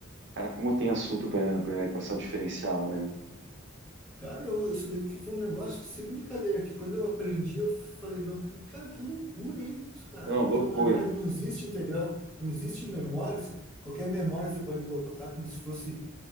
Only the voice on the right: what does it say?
Cara, como tem assunto para equação diferencial, né?
Não,
loucura.